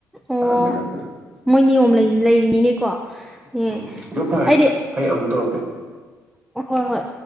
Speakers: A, in the centre; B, on the right.
A: ꯑꯣ
B: ꯑꯍꯥꯟꯕꯩ ꯂꯪꯕꯗꯣ
A: ꯃꯣꯏ ꯅꯤꯌꯣꯝ ꯂꯩ ꯂꯩꯔꯤꯅꯤꯅꯦꯀꯣ <unintelligible>
B: ꯎꯝ ꯑꯗꯣ ꯐꯔꯦ
A: ꯑꯩꯗꯤ
B: ꯑꯩ ꯑꯃꯨꯛ ꯇꯧꯔꯛꯀꯦ
A: ꯍꯣꯏ ꯍꯣꯏ